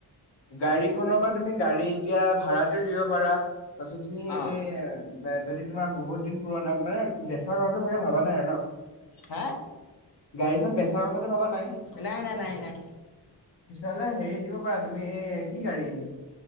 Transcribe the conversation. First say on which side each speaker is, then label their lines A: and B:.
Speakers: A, on the left; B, on the left.
A: গাড়ীখনৰ পৰা তুমি গাড়ী এতিয়া ভাড়াত দিব পাৰা। তাৰ পিছত তুমি
B: অ
A: এই যদি তোমাৰ বহুত দিন পুৰণ মানে বেচা কৰা চাগে ভালা নাই আৰু ন'।
B: হা
A: গাড়ীখন বেচাৰ কথাটো ভবা নাই?
B: নাই নাই নাই নাই
A: পিছলে হেৰি দিব পাৰা তুমি, এ কি গাড়ী এনে?